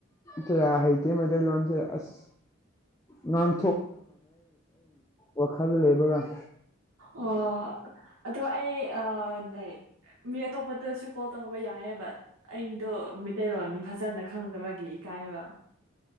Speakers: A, on the left; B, on the right.
A: ꯀꯌꯥ ꯍꯥꯏꯇꯩ ꯃꯩꯇꯩꯂꯣꯟ ꯁꯦ ꯑꯁ ꯉꯥꯡ ꯋꯥꯈꯜꯗ ꯂꯩꯕꯒ
B: ꯑꯣ ꯑꯗꯣ ꯑꯩ ꯑꯥ ꯂꯥꯏꯀ ꯃꯤ ꯑꯇꯣꯞꯄꯗꯁꯨ ꯀꯣꯜ ꯇꯧꯕ ꯌꯥꯏꯌꯦꯕ ꯑꯩꯗꯣ ꯃꯤꯇꯩꯂꯣꯟ ꯐꯖꯟꯅ ꯈꯪꯗꯕꯒꯤ ꯀꯥꯏꯕ